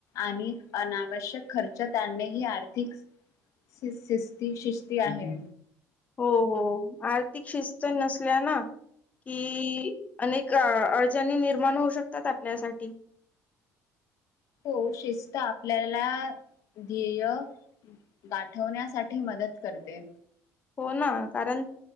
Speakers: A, on the left; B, on the left.
A: आणि अनावश्यक खर्चात आणणे ही आर्थिक शिस्ती शिस्ती आहे.
B: हो हो. आर्थिक शिस्त नसल्या ना, कि अनेक अडचणी निर्माण होऊ शकतात आपल्यासाठी.
A: हो शिस्त आपल्याला ध्येय गाठवण्यासाठी मदत करते.
B: हो, ना. कारण